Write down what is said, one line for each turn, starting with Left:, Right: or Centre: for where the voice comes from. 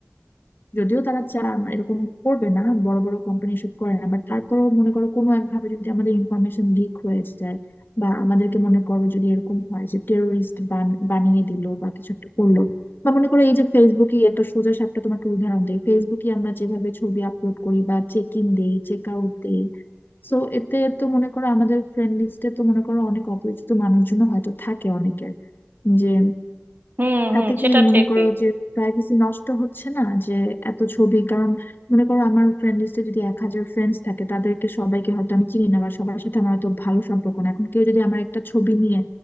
Left: যদিও তারা চায় আমার এরকম করবে না বড় বড় কোম্পানি এসব করে না বাট তারপরেও মনে করো কোনো একভাবে যদি আমাদের ইনফরমেশন লিক হয়ে যায় বা আমাদেরকে মনে করো যদি এরকম হয় যে টেরোরিস্ট বানিয়ে দিল বা কিছু একটা করলো বা মনে করো এই যে ফেসবুকে একটা সোজা সাপটা তোমাকে উদাহরণ দেই ফেসবুকে আমরা যেভাবে ছবি আপলোড করি বা চেক ইন দেই চেক আউট দেই সো এতে তো মনে করো আমাদের ফ্রেন্ড লিস্টে তো মনে করো অনেক অপরিচিত মানুষজন হয়তো থাকে অনেকের যে
Right: হুম
Left: তাতে
Right: হুম সেটা
Left: কি মনে
Right: ঠিকই
Left: করো যে প্রাইভেসি নষ্ট হচ্ছে না যে এত ছবি কারণ মনে করো আমার ফ্রেন্ড লিস্টে যদি এক হাজার ফ্রেন্ডস থাকে তাদেরকে সবাইকে হয়তো আমি চিনি না বা সবার সাথে আমার হয়তো ভালো সম্পর্ক না এখন কেউ যদি আমার একটা ছবি নিয়ে